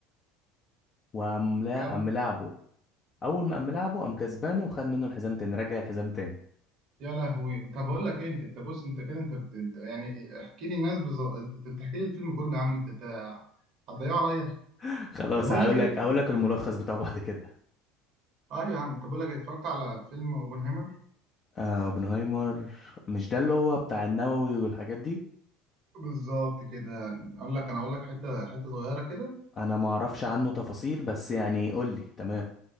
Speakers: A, on the left; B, on the right.
A: وقام لا
B: كم؟
A: قام ملاعبه اول ما قام ملاعبه قام كسبانه وخد منه الحزام تاني رجع الحزام تاني
B: يا لهوي طب أقول لك إيه أنت أنت بص أنت كده أنت, بت... أنت يعني احكي لي الناس بالظبط أنت أنت بتحكي لي الفيلم كله يا عم أنت أنت هتضيعه عليا
A: <laughs> خلاص
B: طب أقول
A: هقول
B: لك إيه
A: لك هقول لك الملخص بتاعه بعد كده
B: اه يا عم طب بقول لك اتفرجت على فيلم اوبنهايمر
A: آه، اوبنهايمر مش ده اللي هو بتاع النووي والحاجات دي
B: بالظبط كده اقول لك انا اقول لك حته حته صغيره كده
A: انا ما اعرفش عنه تفاصيل بس يعني قول لي تمام